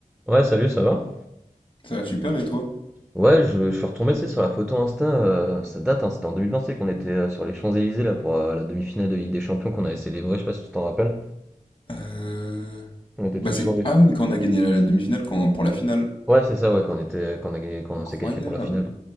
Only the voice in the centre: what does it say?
Ouais, salut, ça va?
Ouais, je, je suis retombé, tu sais, sur la photo Insta, euh, ça date, hein, c'était en 2025 qu'on était euh, sur les Champs-Élysées, là, pour euh, la demi-finale de Ligue des Champions qu'on avait célébrée, je sais pas si tu t'en rappelles.
On était tous
sur les...
Ouais, c'est ça, ouais, quand on était, quand on a- quand on
s'est qualifié pour la finale.